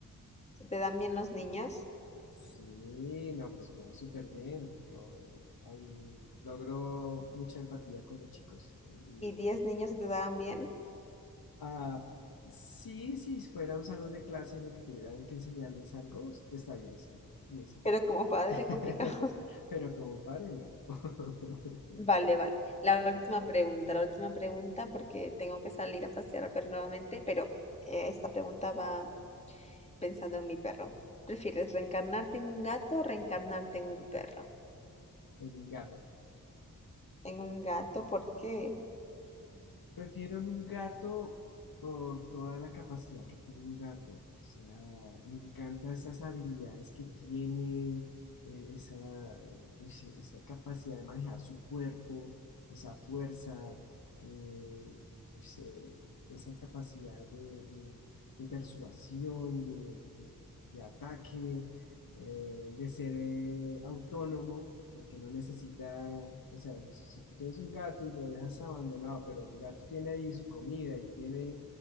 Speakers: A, on the left (about 20°); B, on the left (about 75°).
A: ¿Se te dan bien los niños?
B: Sí, no, pues me va súper bien. No, eh, ahí logro mucha empatía con los chicos. Y,
A: ¿Y 10 niños se te dan bien?
B: ah, sí, si fuera un salón de clase en el que tuvieran que enseñarles algo, está bien, sí. Y es
A: Pero como padre,
B: <laughs>
A: complicado. <laughs>
B: Pero como padre, no. <laughs>
A: Vale, vale. La última pregunta, la última pregunta, porque tengo que salir a pasear al perro nuevamente, pero eh, esta pregunta va pensando en mi perro. ¿Prefieres reencarnarte en un gato o reencarnarte en un perro?
B: Es un gato.
A: En un gato, ¿por qué?
B: Prefiero en un gato por toda la capacidad que tiene un gato. O sea, me encantan esas habilidades que tiene, eh, esa, eh, ese- esa capacidad de manejar su cuerpo, esa fuerza, eh, pues, eh, esa capacidad de, de- de persuasión, de, de- de ataque eh, de ser eh, autónomo, el que no necesita, o sea, si tú tienes un gato y lo dejas abandonado, pero el gato tiene ahí su comida y tiene